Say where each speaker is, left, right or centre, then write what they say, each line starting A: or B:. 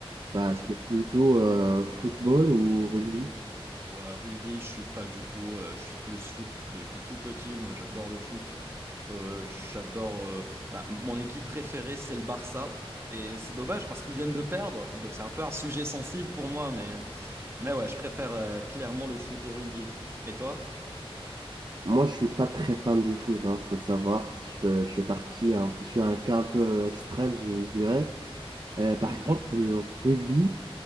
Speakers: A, on the right; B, on the right.
A: Bah,
B: Vas-y.
A: t'es plutôt euh, football ou rugby?
B: Ouais, rugby, je suis pas du tout. euh, je suis plus foot depuis tout petit. Moi, j'adore le foot. Euh, j'adore. euh, bah, mon équipe préférée, c'est le Barça. Et c'est dommage parce qu'ils viennent de perdre. Donc, c'est un peu un sujet sensible pour moi. Mais, mais ouais, je préfère euh, clairement le foot au rugby. Et toi?
A: Moi, je suis pas très fan du foot, hein, faut le savoir. Je fais, je fais partie, hein, je suis un cas un peu extrême, je, je dirais. Euh, par
B: Mhm.
A: contre, le rugby,